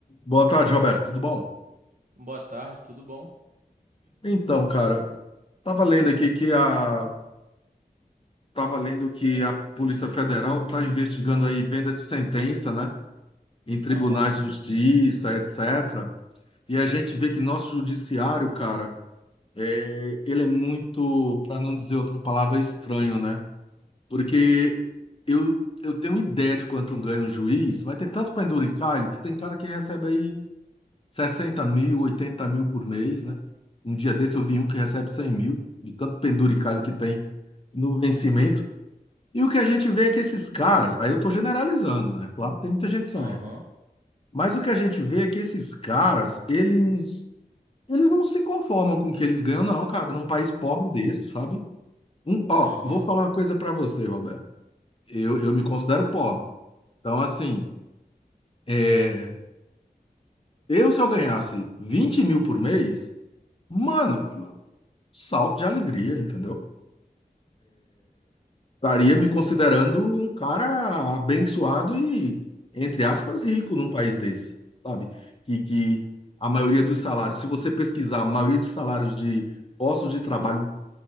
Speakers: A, on the left; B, on the right.
A: Boa tarde, Roberto. Tudo bom?
B: Boa tarde, tudo bom?
A: Então, cara, tava lendo aqui que a tava lendo que a Polícia Federal está investigando aí venda de sentença, né, em tribunais
B: Aham,
A: de justiça, etc. E a gente vê que nosso judiciário, cara, é, ele é muito, para não dizer outra palavra, estranho, né? Porque eu eu tenho ideia de quanto ganha um juiz, mas tem tanto penduricalho que tem cara que recebe aí 60 mil, 80 mil por mês, né? Um dia desse eu vi um que recebe 100 mil, de tanto penduricalho que tem no vencimento. E o que a gente vê é que esses caras, aí eu estou generalizando, né? Claro que tem muita gente séria,
B: aham,
A: mas o que a gente vê é que esses caras, eles, eles não se conformam com o que eles ganham, não, cara, num país pobre desse, sabe? Um, ó,
B: aham,
A: vou falar uma coisa para você, Roberto. Eu, eu me considero pobre. Então, assim, é, eu se eu ganhasse 20 mil por mês, mano, salto de alegria, entendeu? Estaria me considerando um cara abençoado e, entre aspas, rico num país desse, sabe? E que a maioria dos salários, se você pesquisar, a maioria dos salários de postos de trabalho